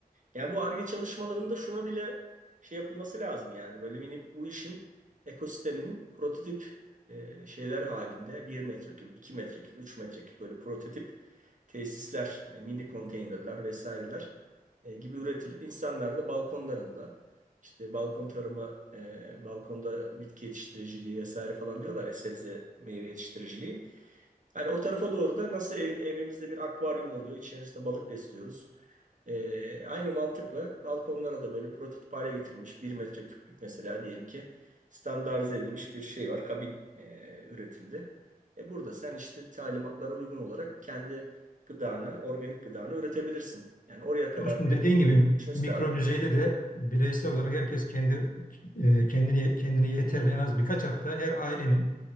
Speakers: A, on the right; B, on the left.
A: Yani bu Ar-Ge çalışmalarında şuna bile şey yapılması lazım yani böyle mini bu işin ekosisteminin prototip e, şeyler halinde bir metreküp, 2 metreküp, 3 metreküp böyle prototip tesisler, e, mini konteynerler vesaireler e, gibi üretilip insanlar da balkonlarında işte balkon tarımı, e, balkonda bitki yetiştiriciliği vesaire falan diyorlar ya sebze meyve yetiştiriciliği. Hani o tarafa doğru da nasıl ev- evimizde bir akvaryum oluyor, içerisinde balık besliyoruz. E, aynı mantıkla balkonlara da böyle prototip hale getirilmiş bir metre küplük mesela diyelim ki standartize edilmiş bir şey var, kabin e, üretildi. E burada sen işte talimatlara uygun olarak kendi gıdanı, organik gıdanı üretebilirsin. Yani oraya kadar
B: Dostum
A: bir
B: dediğin gibi
A: geçmesi
B: mikro
A: lazım.
B: düzeyde de bireysel olarak herkes kendi e, kendini kendine yeterli en az birkaç hafta her ailenin